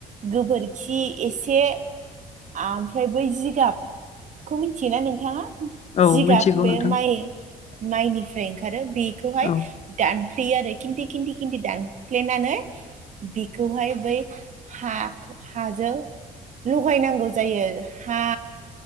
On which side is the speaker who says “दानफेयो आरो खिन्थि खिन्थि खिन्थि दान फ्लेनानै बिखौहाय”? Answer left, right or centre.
Right